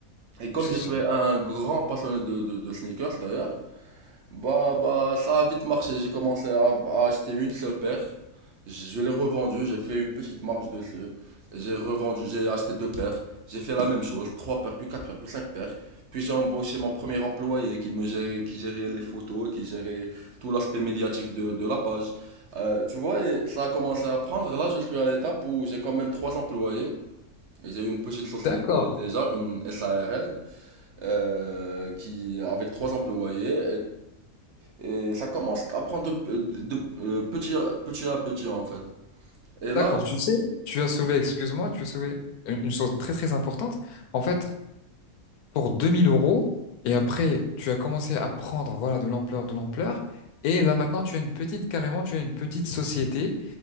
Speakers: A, on the right; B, on the left.
A: Et comme
B: les chaussures,
A: je suis un grand passionné de, de, de sneakers d'ailleurs, bah, bah, ça a vite marché. J'ai commencé à, à acheter une seule paire. Je l'ai revendue, j'ai fait une petite marge dessus. J'ai revendu, j'ai acheté deux paires. J'ai fait la même chose, trois paires, puis quatre paires, puis cinq paires. Puis j'ai embauché mon premier employé qui me gérait, qui gérait les photos, qui gérait tout l'aspect médiatique de, de la page. Euh, tu vois, et ça a commencé à prendre. Là, je suis à l'étape où j'ai quand même trois employés. J'ai une petite société
B: d'accord,
A: déjà, une SARL euh, qui, avec trois employés. Et, et ça commence à prendre de, de- euh, petit, à, petit à petit, en fait. Et là,
B: d'accord. Tu sais, tu as soulevé, excuse-moi, tu as soulevé une une chose très très importante. En fait, pour 2000 euros. Et après, tu as commencé à prendre, voilà, de l'ampleur, de l'ampleur. Et là, maintenant, tu as une petite, carrément, tu as une petite société